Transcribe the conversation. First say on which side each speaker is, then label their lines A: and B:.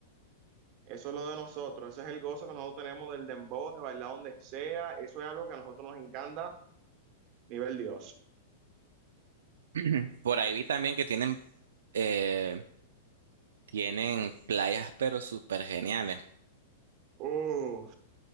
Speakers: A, on the right (about 45°); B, on the right (about 80°).
A: Eso es lo de nosotros, ese es el gozo que nosotros tenemos del dembow, de bailar donde sea, eso es algo que a nosotros nos encanta, nivel Dios.
B: <clears throat> Por ahí vi también que tienen, eh, tienen playas, pero súper geniales.
A: Uh.